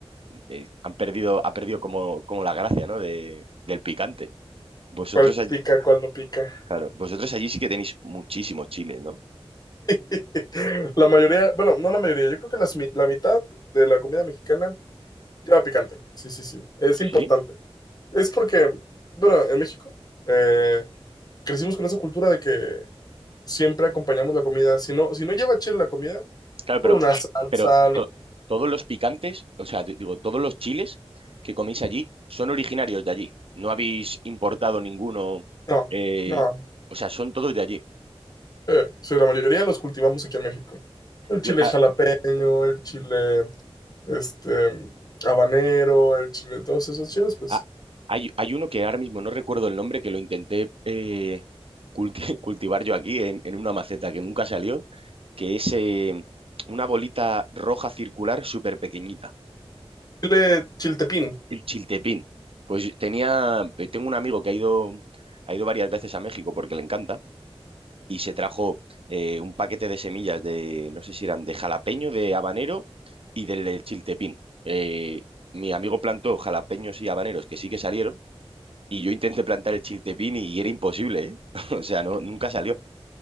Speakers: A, on the right; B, on the left.
A: eh, han perdido, ha perdido como, como la gracia, ¿no? de- del picante. Vosotros,
B: ¿Cuál
A: all-
B: pica, cuál no pica?
A: claro, vosotros allí sí que tenéis muchísimos chiles, ¿no?
B: <laughs> La mayoría, bueno, no la mayoría, yo creo que las mi- la mitad de la comida mexicana lleva picante. Sí, sí, sí, es importante.
A: Sí.
B: Es porque, bueno, en México eh, crecimos con esa cultura de que siempre acompañamos la comida. Si no, si no lleva chile la comida,
A: Claro,
B: con
A: pero,
B: una salsa.
A: pero
B: lo-
A: to- todos los picantes, o sea, di- digo, todos los chiles que coméis allí son originarios de allí. No habéis importado ninguno,
B: No,
A: eh,
B: no.
A: o sea, son todos de allí.
B: Eh, sí, la mayoría de los cultivamos aquí en México. El chile
A: Yo- ah,
B: jalapeño, el chile este habanero, el chile, todos esos chiles, pues.
A: ah, hay, hay uno que ahora mismo no recuerdo el nombre, que lo intenté eh, culti- <laughs> cultivar yo aquí en, en una maceta que nunca salió, que es eh, una bolita roja circular súper pequeñita.
B: Chile chiltepín.
A: El Chiltepín. Pues tenía, eh, tengo un amigo que ha ido, ha ido varias veces a México porque le encanta y se trajo eh, un paquete de semillas de, no sé si eran de jalapeño, de habanero y del, del chiltepín. Eh, mi amigo plantó jalapeños y habaneros que sí que salieron y yo intenté plantar el chiltepín y era imposible, ¿eh? <laughs> O sea, no, nunca salió